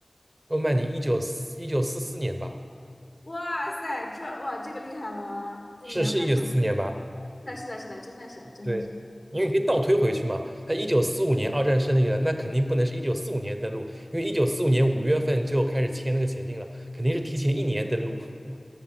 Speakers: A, on the right (about 40°); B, on the left (about 45°).
A: 欧曼尼一九四一九四四年吧，
B: 哇塞，这哇这个厉害了哇！这年份总是
A: 是是一九四四年吧？
B: 的，是的，是的，真的是真的是，
A: 对，因为可以倒推回去嘛，他一九四五年二战胜利了，那肯定不能是一九四五年登陆，因为一九四五年五月份就开始签那个协定了，肯定是提前一年登陆。<laughs>